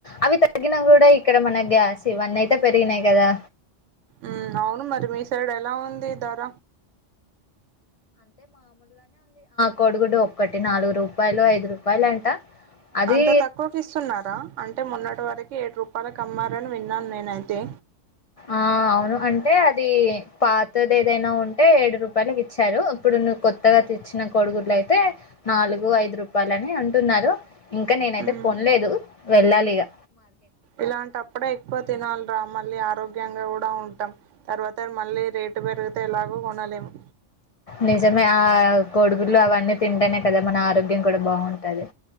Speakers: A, on the left; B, on the right.
A: అవి తగ్గిన గూడా ఇక్కడ మన గ్యాస్ ఇవన్నీ అయితే పెరిగినాయి కదా
B: ఉ అవును మరి మీ సైడ్ ఎలా ఉంది ధర
A: కోడుగుడ్డు ఒక్కటి నాలుగు రూపాయలు ఐదు రూపాయలు అంట అది
B: అంత తక్కువకి ఇస్తున్నారా అంటే మొన్నటి వరకు ఏడ్ రూపాయలు కమ్మారని విన్నాను నేనైతే
A: ఆ అవును అంటే అది పాతదేదైనా ఉంటే ఏడు రూపాయకి ఇచ్చారు ఇప్పుడు నువ్వు కొత్తగా తెచ్చిన కొడుగుడ్లు అయితే నాలుగు ఐదు రూప వాళ్లనే అంటున్నారు ఇంకా నేనైతే
B: హ్మ్
A: కొనలేదు వెళ్లాలిగా
B: ఇలాంటప్పుడే ఎక్కువ తినాలిరా మళ్ళీ ఆ ఆరోగ్యంగా కూడా ఉంటాం తర్వాత మళ్ళీ రేటు పెరిగితే ఎలాగో కొనలేము
A: నిజమే ఆ కోడిగుడ్లు అవన్నీ తింటానే కదా మన ఆరోగ్యం కూడా బాగుంటది